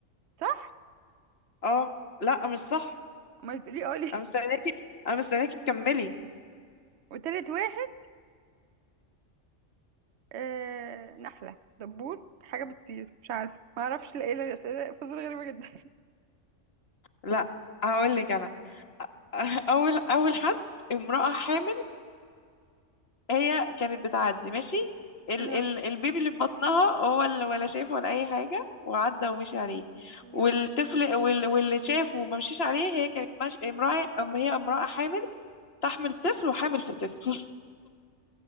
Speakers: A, on the right; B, on the left.
A: صح
B: اه لا مش صح
A: ما تقولي قولي
B: انا
A: <laughs>
B: مستنياكي انا مستنياكي تكملي
A: وتالت واحد آه نحلة دبور حاجة بتطير مش عارفة ما اعرفش لا ايه ده اسئلة فزورة غريبة جدا
B: لا هقول لك انا <laughs> اول اول حد امرأة حامل هي كانت بتعدي ماشي ال
A: <laughs> آه.
B: ال البيبي اللي في بطنها هو اللي ولا شاف ولا اي حاجه وعدى ومشي عليه
A: آه.
B: والطفل وال واللي شافه وما مشيش عليه هي كانت مش... امراه أم هي امراه حامل تحمل طفل وحامل في طفل <laughs>